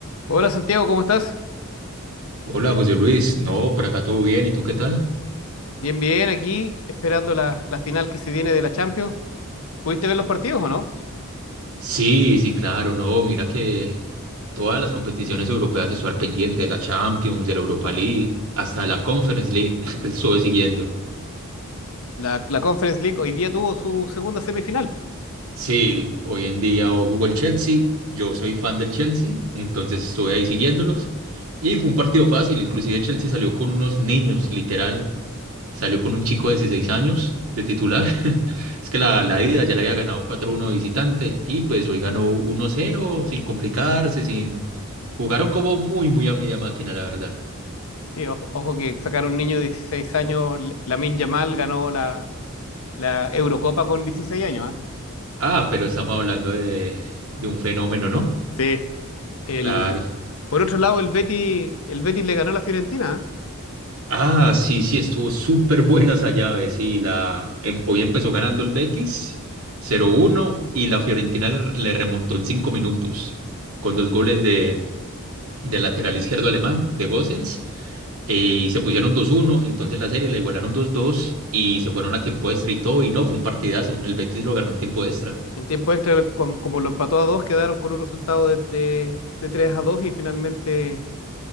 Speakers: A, on the left; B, on the right.
A: Hola Santiago, ¿cómo estás?
B: Hola José Luis, no, por acá todo bien, ¿y tú qué tal?
A: Bien, bien, aquí esperando la, la final que se viene de la Champions. ¿Pudiste ver los partidos o no?
B: Sí, sí, claro, no, mira que todas las competiciones europeas estoy al pendiente, de la Champions, de la Europa League, hasta la Conference League, <laughs> estuve siguiendo.
A: La, la Conference League hoy día tuvo su segunda semifinal.
B: Sí, hoy en día hoy jugó el Chelsea, yo soy fan del Chelsea, entonces estuve ahí siguiéndolos y fue un partido fácil, inclusive Chelsea salió con unos niños, literal, Salió con un chico de 16 años de titular. <laughs> Es que la, la ida ya le había ganado 4-1 de visitante y pues hoy ganó 1-0 sin complicarse, sin... Jugaron como muy, muy a media máquina, la verdad.
A: Sí, o- ojo que sacar un niño de 16 años, L- Lamine Yamal ganó la, la Eurocopa con 16 años, ¿ah?
B: Ah, pero estamos hablando de, de un fenómeno, ¿no?
A: Sí. El,
B: Claro.
A: por otro lado, el Betis, el Betis le ganó a la Fiorentina, ¿ah?
B: Ah, sí, sí, estuvo súper buena esa llave, sí. La, em- hoy empezó ganando el Betis 0-1 y la Fiorentina le, le remontó en 5 minutos con dos goles de, del lateral izquierdo alemán, de Gosens, Eh, y se pusieron dos uno entonces la serie la igualaron dos dos y se fueron a tiempo extra y todo, y no, fue un partidazo. El Betis lo ganó en tiempo extra.
A: En tiempo extra, com- como lo empató a dos, quedaron con un resultado de, de, de 3 a 2 y finalmente